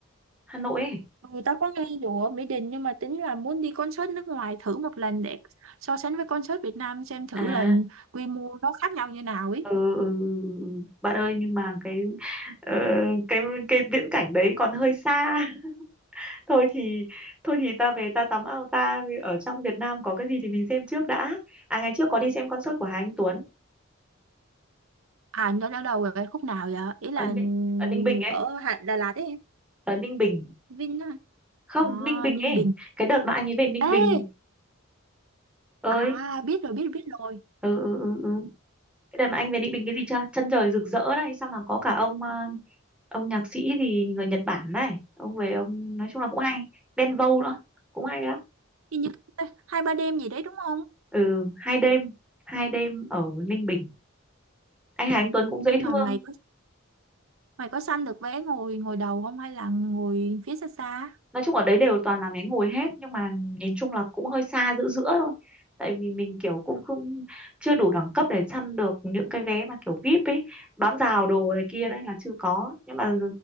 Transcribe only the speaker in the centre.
Hà Nội ấy
à
ừ, ừ, ừ, ừ. ừ. bạn ơi nhưng mà cái ờ, cái cái viễn cảnh đấy còn hơi xa <laughs> thôi thì thôi thì ta về ta tắm ao ta ở trong Việt Nam có cái gì thì mình xem trước đã à ngày trước có đi xem concert của Hà Anh Tuấn
ở
Ninh, ở Ninh Bình ấy
ở Ninh Bình
không
Ninh Bình
ấy
cái đợt mà anh ấy về Ninh
Bình ơi
ừ, ừ, ừ, ừ. Cái đợt mà anh về Ninh Bình cái gì chưa? Chân trời rực rỡ này, xong là có cả ông ờ, ông nhạc sĩ gì người Nhật Bản này, ông về ông nói chung là cũng hay. Đen Vâu nữa, cũng hay lắm.
Ừ, hai đêm, hai đêm ở Ninh Bình. Anh Hà Anh Tuấn cũng dễ
thương.
Nói chung ở đấy đều toàn là ghé ngồi hết nhưng mà nhìn chung là cũng hơi xa giữa giữa thôi. Tại vì mình kiểu cũng không chưa đủ đẳng cấp để săn được những cái vé mà kiểu VIP ấy, bám rào đồ này kia đấy là chưa có. Nhưng mà